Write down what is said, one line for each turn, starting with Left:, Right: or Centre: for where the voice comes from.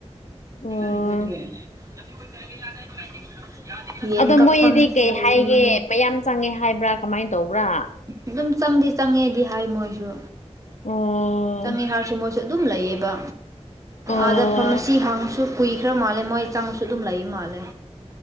Left: ꯑꯣ
Right: ꯑꯗꯨꯒꯤ <unintelligible> ꯌꯦꯟ
Left: ꯑꯗꯣ
Right: ꯀꯛꯐꯝꯁꯨ
Left: ꯃꯣꯏꯗꯤ ꯀꯩ
Right: ꯂꯩꯌꯦ
Left: ꯍꯥꯏꯒꯦ ꯃꯌꯥꯝ ꯆꯪꯉꯦ ꯍꯥꯏꯕ꯭ꯔꯥ ꯀꯃꯥꯏꯅ ꯇꯧꯕ꯭ꯔꯥ
Right: ꯑꯗꯨꯝ ꯆꯪꯗꯤ ꯆꯪꯉꯦꯗꯤ ꯍꯥꯏ ꯃꯣꯏꯁꯨ
Left: ꯑꯣ
Right: ꯆꯪꯉꯦ ꯍꯥꯏꯔꯁꯨ ꯃꯣꯏꯁꯨ ꯁꯨ ꯑꯗꯨꯝ ꯂꯩꯌꯦꯕ
Left: ꯑꯣ
Right: ꯑꯥꯗ ꯐꯥꯔꯝꯔꯁꯤ ꯍꯥꯡꯁꯨ ꯀꯨꯏꯈ꯭ꯔ ꯃꯥꯜꯂꯦ ꯃꯣꯏ ꯆꯥꯡꯁꯨ ꯑꯗꯨꯝ ꯂꯩ ꯃꯥꯜꯂꯦ